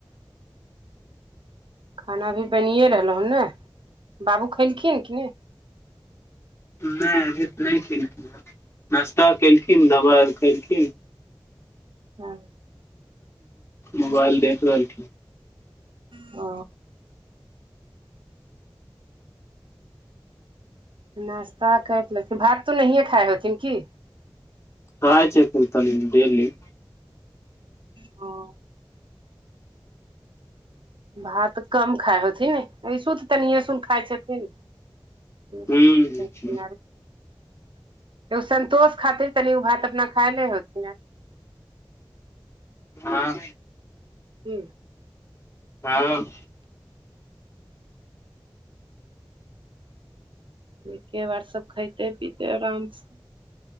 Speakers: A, on the right; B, on the left.
A: खाना भी बनिए रहलहु हन ने बाबू खलखिन ह कि नहि
B: नहि अभी तऽ नहि केलखिन नाश्ता केलखिन दबाइ आर केलखिन
A: हँ
B: मोबाइल देख रहलखिन
A: ओ नास्ता करि लेथिन भात तऽ नहिए खाइ हेथिन की
B: खाय छथिन तनी डेली
A: हँ भात कम खाइ होथिन ने ऐसहु तऽ तनिये सुन खाय छथिन। सु
B: हूं
A: <unintelligible> ओ सन्तोष खातिर तनि ओ भात अपना खाइले होथिन आब
B: हँ
A: की
B: चाबल
A: एके बार सब खैतै पीतै आरामसँ